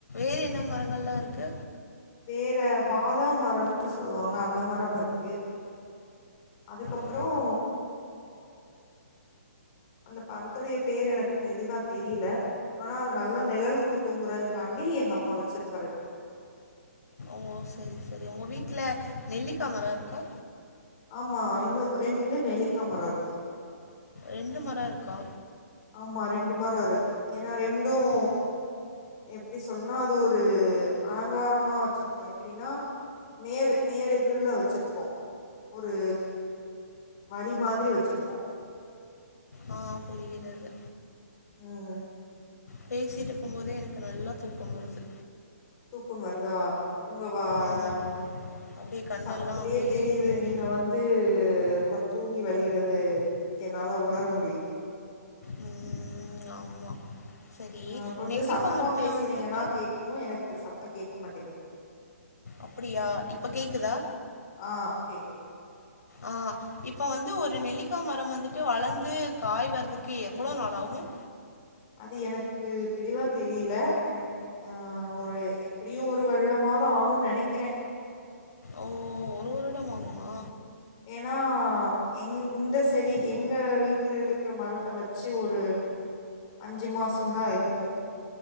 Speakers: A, on the left; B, on the left.
A: என்ன மரங்கள்லாம் இருக்கு
B: வேற பாதாம் மரம்னு சொல்லுவாங்க அந்த மரம் இருக்கு அதுக்கப்பறம்
A: ஓ!
B: அந்த பணத்துடைய பேர் எனக்கு தெளிவா தெரியல ஆனா அது நல்லா நிழல் குடுக் குங்குறதுக்காண்டி எங்க அப்பா வச்சிருக்காரு
A: ஓ சரி சரி உங்க வீட்டுல நெல்லிக்கா மரம் இருக்கா
B: ஆமா இன்னும் ரெண்டு நெல்லிக்கா மரம் இருக்கு
A: ரெண்டு மரம் இருக்கா
B: ஆமா ரெண்டு மரம் இருக்கு ஏன்னா ரெண்டும் எப்டி சொல்லனா அது ஒரு அலங்காரமா வச்சிருக்கோம் எப்படின்னா நேர் நேர் எதுர்ல வச்சிருக்கோம் ஒரு வழி மாதிரி வச்சிருக்கோம்
A: ஆ புரிகிறது.
B: ம்
A: பேசிட்டுருக்கும் போதே எனக்கு நல்ல தூக்கம் வருது
B: தூக்கம் வருதா உங்க வா
A: ஆமா.
B: ம்
A: அப்படியே கண்ணெல்லாம்
B: சத்தத்திலயே
A: அப்படியே
B: தெரியுது
A: மூடுது.
B: நீங்க வந்து து ரொம்ப தூங்கி வலியறது என்னால உணர முடியுது
A: ம் ஆமா. சரி,
B: ஆ கொஞ்சம்
A: நெல்லிக்கா
B: சத்தமா
A: மரத்துல
B: பேசனீங்கன்னா
A: வந்துட்டு
B: கேக்கும் எனக்கு சத் த்த கேட்க மாட்டிங்குது
A: அப்டியா இப்ப கேக்குதா
B: ஆ கேக்குது
A: ஆ இப்ப வந்து ஒரு நெல்லிக்கா மரம் வந்துட்டு வளர்ந்து காய் வர்றதுக்கு எவ்ளோ நாளாகும்
B: அது எனக்கு தெளிவா தெரில எனக் ஆ ஒரு எப்படியு ஒரு வருடமாவாது ஆகும்னு நெனைக்கிறே
A: ஓ ஒரு வருடம் ஆகுமா
B: ஏனா எங் இந்த செடி எங்க வீட்டுல இருக்கிற மரத்த வச்சு ஒரு அஞ்சு மாசம் தா இருக்கும்